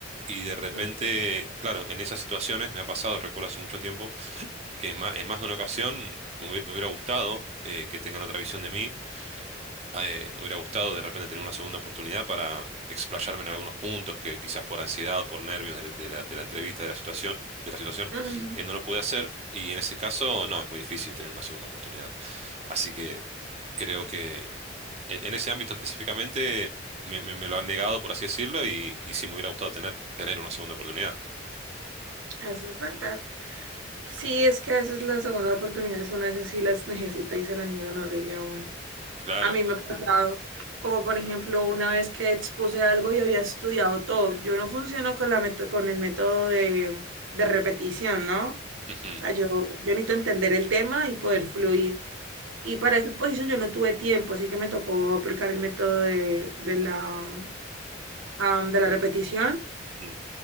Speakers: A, on the right; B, on the right.
A: Y de repente,
B: mm,
A: claro, en esas situaciones me ha pasado, recuerdo hace mucho tiempo, que en ma- en más, de una ocasión me hubi- me hubiera gustado eh, que tengan otra visión de mí eh, me hubiera gustado de repente tener una segunda oportunidad para explayarme en algunos puntos que quizás por ansiedad, por nervios de, de la, de la entrevista, de la situación, de la situación,
B: mm,
A: eh, no lo pude hacer. Y en ese caso, no, es muy difícil tener una segunda oportunidad. Así que creo que e- en ese ámbito específicamente me, me- me lo han negado, por así decirlo, y, y sí, me hubiera gustado tener, tener una segunda oportunidad.
B: Eso es verdad. Sí, es que a veces las segundas oportunidades uno a veces sí las necesita y se la niegan horrible a uno.
A: Claro.
B: A mí me ha pasado, como por ejemplo, una vez que expuse algo y había estudiado todo. Yo no funciono con la meto- con el método de, de repetición, ¿no?
A: Ujú.
B: O sea, yo, yo necesito entender el tema y poder fluir. Y para esa exposición yo no tuve tiempo, así que me tocó aplicar el método de, de la, am, de la repetición.
A: Mm.